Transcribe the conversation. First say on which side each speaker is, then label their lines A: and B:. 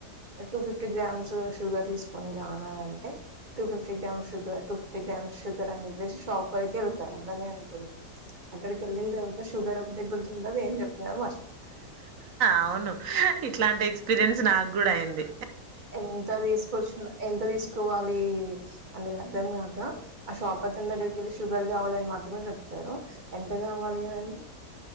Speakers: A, on the right (about 30°); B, on the right (about 55°).
A: టూ ఫిఫ్టీ గ్రామ్స్ షుగర్ తీసుకొని రానా అంటే two fifty grams sugar two fifty grams sugar అని చెప్పేసి షాప్ వరక వెళ్తారు అట్లాని అనుకుం అక్కడికి ఎల్లిన తర్వాత సుగర్ దె గుర్తు ఉండదు ఏం చెప్పినా మ
B: అవును ఇట్లాంటి ఎక్స్పీరియన్స్ నాకు గూడా అయ్యింది
A: ఎంత దీసుకొచ్చిన ఎంత దీసు కోవాలి అనేది అర్థం కాక ఆ షాప్ అతని దగ్గరికి వెళ్ళి షుగర్ కావాలి అని మాత్రమే చెప్తారు ఎంత గావాలి అని